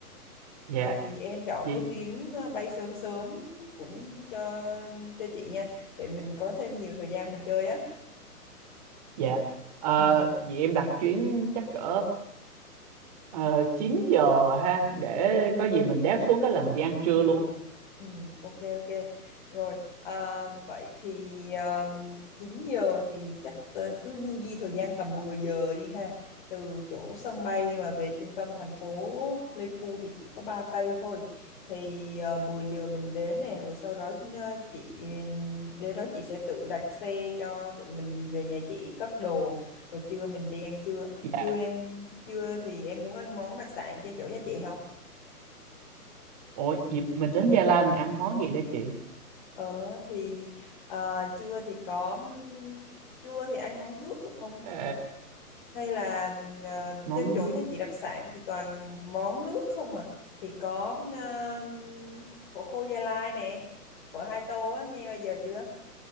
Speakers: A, on the right (about 25°); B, on the left (about 35°).
A: dạ,
B: thì em chọn
A: gì?
B: cái chuyến ờ, bay sớm sớm cũng cho cho chị nha để mình có thêm nhiều thời gian mình chơi á
A: Dạ. Ờ,
B: Ừ.
A: Vì em đặt chuyến chắc cỡ ờ, 9 giờ ha để có gì mình đáp xuống cái là mình đi ăn trưa luôn.
B: Ừ, ok ok rồi à, vậy thì à, 9 giờ thì chắc tớ cứ du di thời gian tầm 10 giờ đi ha từ chỗ sân bay mà về trung tâm thành phố Pleiku thì chỉ có 3 cây thôi thì à, 10 giờ mình đến nè rồi sau đó à, chị đến đó chị sẽ tự đặt xe cho tụi mình về nhà chị cất đồ rồi trưa mình đi ăn trưa
A: Dạ.
B: trưa em trưa thì em muốn ăn món đặc sản trên chỗ nhà chị không
A: Ủa, gì mình đến Gia Lai mình ăn món gì đó chị?
B: Ờ thì à, trưa thì có trưa thì ăn món nước được không?
A: Ờ
B: Hay là à,
A: món
B: trên chỗ
A: nước
B: nhà chị đặc sản thì toàn món nước không à? Thì có à, phở khô Gia Lai nè, phở hai tô á, nghe bao giờ chưa?